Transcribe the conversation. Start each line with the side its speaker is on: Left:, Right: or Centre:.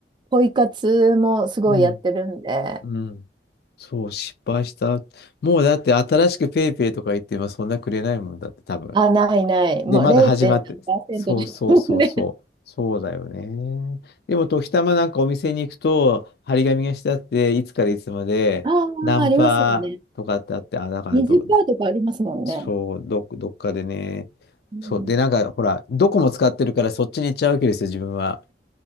Right: ポイ活もすごいやってるんで、
Left: うん。うん。そう、失敗した。もうだって、新しくペイペイとか言って、今そんなくれないもんだって、多分。
Right: あ、ないない、もう
Left: で、まだ始まって、
Right: 0. 何パーセントですもんね。
Left: そうそうそうそう、
Right: <laughs>
Left: そうだよね。でも、時たまなんかお店に行くと、張り紙がしてあって、いつからいつまで、
Right: ああ、
Left: ナンパとかってあって、
Right: ありますよね。
Left: あ、だからど、
Right: 20%とかありますもんね。
Left: そう、ど、どっかでね、
Right: うん、
Left: そう、で、なんか、ほら、どこも使ってるから、そっちに行っちゃうわけですよ、自分は。